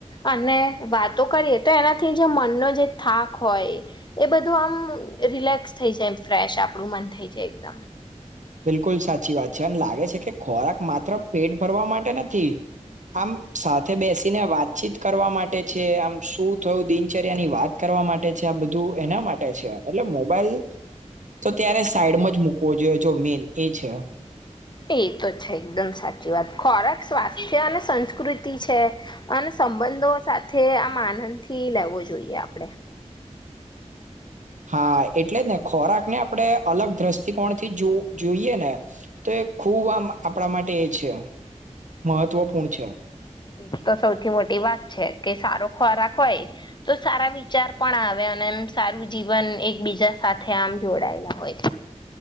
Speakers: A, on the left; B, on the right.
A: અને વાતો કરીએ તો એનાથી જે મનનો જે થાક હોય એ બધું આમ રિલેક્સ થઈ જાય ફ્રેશ આપણું મન થઈ જાય એકદમ
B: બિલકુલ સાચી વાત છે અનેમ લાગે છે કે ખોરાક માત્ર પેટ ભરવા માટે નથી આમ સાથે બેસીને વાતચીત કરવા માટે છે આમ શું થયું દિનચર્યા ની વાત કરવા માટે છે આ બધું એના માટે છે એટલે મોબાઈલ તો ત્યારે સાઈડમાં જ મૂકવો જોઈએ જો મેન એ છે
A: એ તો છે એકદમ સાચી વાત ખોરાક સ્વાસ્થ્ય અને સંસ્કૃતિ છે અને સંબંધો સાથે આમ આનંદથી લેવો જોઈએ આપણે
B: હા એટલે જ ને ખોરાકને આપણે અલગ દ્રષ્ટિકોણ થી જો જોઈએ ને તો એ ખૂબ આમ આપણા માટે એ છે મહત્વપૂર્ણ છે
A: એ તો સૌથી મોટી વાત છે કે સારો ખોરાક હોય તો સારા વિચાર પણ આવે અને એમ સારું જીવન એકબીજા સાથે આમ જોડાયેલા હોય